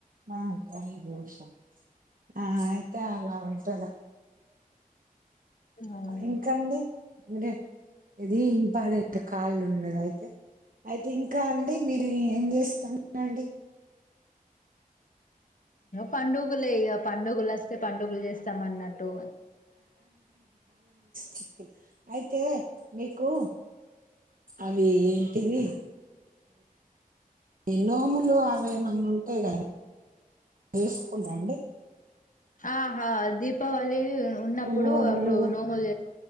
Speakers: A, on the right; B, on the left.
A: బ ఉంటా ఆ అయితే అలా ఉంటందా
B: అవును
A: ఇంకాండి ఇరిే ఇది ఇంపార్టెంట్ కాళ్ళు ఉన్నద అయితే ఓకే అయితే ఇంకా అండి మీరు ఏం చేస్తునండి
B: పండుగలే పండుగలు వస్తే పండుగలు చేస్తామ అన్నట్టు
A: చిక్ అయితే మీకు అవి ఏంటిది ఎ నోములు అవైమన్నా ఉంటాయి కద తీసుకుంటాండి
B: ఆహా దీపావళి ఉన్నప్పుడు
A: నోములు
B: అప్పుడు నోములు చేస్త